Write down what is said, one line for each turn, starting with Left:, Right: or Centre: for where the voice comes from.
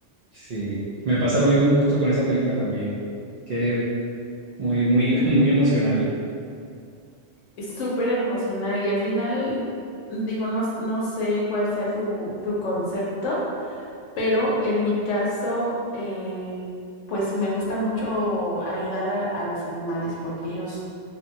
Right: sí. Me pasa lo mismo justo con esa película también, que muy, muy, <laughs> muy emocional.
Left: Es súper emocional y al final, digo, no, no sé cuál sea tu, tu concepto, pero en mi caso, eh, pues me gusta mucho ayudar a, a los animales porque ellos,